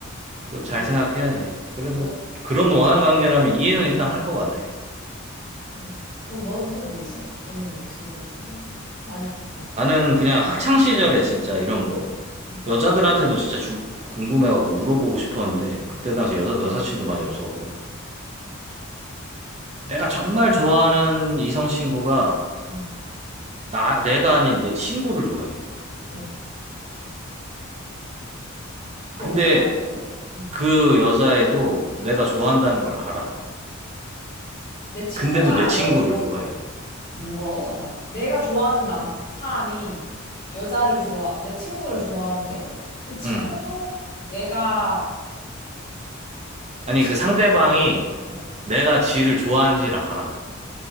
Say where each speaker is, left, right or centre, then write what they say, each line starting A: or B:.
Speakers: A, on the right; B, on the left.
A: 그거
B: 뭐,
A: 잘 생각해야지. 그래도
B: 너,
A: 그런
B: 응,
A: 원한 관계라면 이해는 일단 할 것 같아.
B: 그래. 그럼 너는 또 뭐 있어? 재밌는 질문 같은 거? 만약, 어,
A: 나는 그냥 학창 시절에 진짜 이런 거
B: 뭐,
A: 여자들한테도 진짜 주- 궁금해갖고 물어보고 싶었는데 그때
B: 응,
A: 당시 여사, 여사친도 많이 없어갖고 내가 정말 좋아하는 이성 친구가
B: 응,
A: 나 내가 아닌 내 친구를 좋아해.
B: 어. 그거
A: 근데
B: 어떡할 거냐고? 응.
A: 그 여자애도 내가 좋아한다는 걸 알아.
B: 내 친구가
A: 근데도 내 친구를
B: 내가 좋아하는
A: 좋아해.
B: 거랑 뭐 뭐라고? 잠깐만. 내가 좋아하는 남 사람이 여자를 좋아 내 친구를 좋아하는데 그 친구도
A: 응.
B: 내가 그
A: 아니
B: 친구
A: 그 상대방이
B: 어.
A: 내가 지를 좋아하는지를 알아.